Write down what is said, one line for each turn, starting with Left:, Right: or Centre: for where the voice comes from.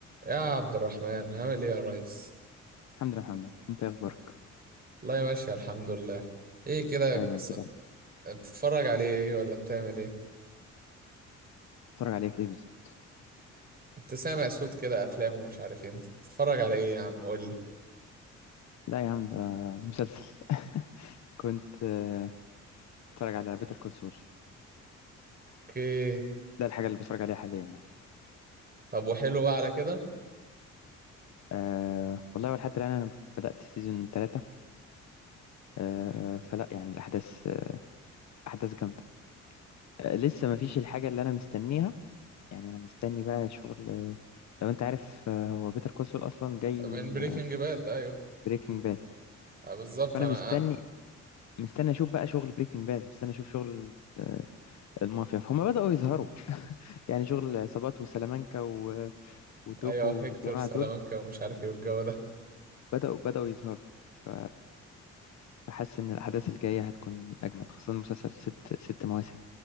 Right: يا عبد الرحمن عامل ايه يا ريس
Left: الحمد لله يا محمد انت ايه اخبارك
Right: والله ماشي الحمد لله ايه كده
Left: دايما
Right: كنت س-
Left: كده
Right: بتتفرج على ايه ولا بتعمل ايه
Left: بتتفرج عليك ايه بالظبط
Right: كنت سامع صوت كده افلام ومش عارف ايه انت بتتفرج على ايه يا عم قول لي
Left: لا يا عم ده ده مسلسل <laughs> كنت آه، بتفرج على بيتر كول سول
Right: اوكي
Left: ده الحاجه اللي بتفرج عليها حاليا يعني
Right: طب وحلو بقى على كده
Left: أه والله لحد الان انا بدات سيزون ثلاثة أه فلا يعني الاحداث آه، احداث جامده أه لسه ما فيش الحاجه اللي انا مستنيها يعني انا مستني بقى شغل آه، لو انت عارف آه، هو بيتر كول سول اصلا جاي
Right: من
Left: من
Right: بريكنج باد ايوه
Left: بريكنج باد
Right: آه، بالظبط
Left: فانا
Right: انا
Left: مستني
Right: آه.
Left: مستني اشوف بقى شغل بريكنج باد مستني اشوف شغل آه، المافيا فهم بداوا يظهروا يعني شغل العصابات وسلامانكا و... وتوكو
Right: ايوه
Left: والجماعة
Right: هيكتور سلامانكا
Left: دول
Right: ومش عارف ايه والجو ده
Left: بدأوا بدأوا يظهروا ف- فحاسس إن الأحداث الجاية هتكون أجمد خاصة المسلسل ست ست مواسم